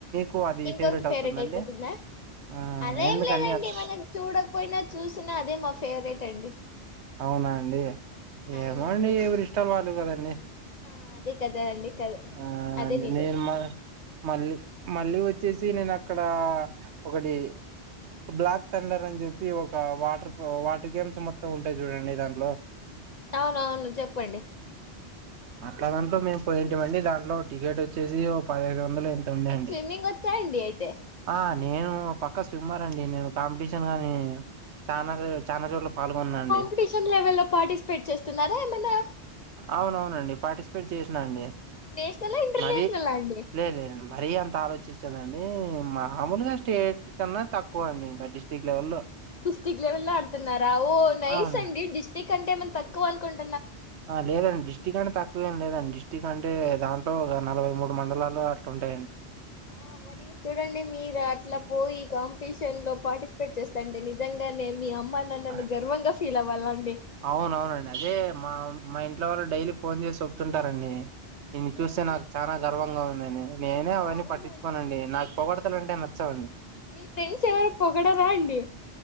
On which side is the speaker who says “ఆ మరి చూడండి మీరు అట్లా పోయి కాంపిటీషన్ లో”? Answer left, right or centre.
Left